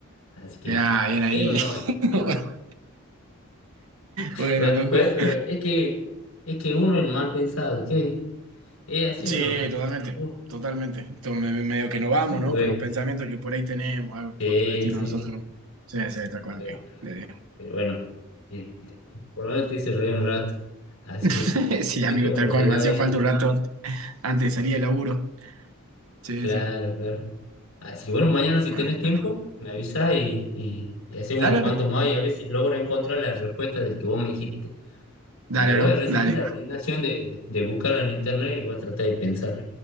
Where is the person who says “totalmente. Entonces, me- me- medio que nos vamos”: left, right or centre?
Right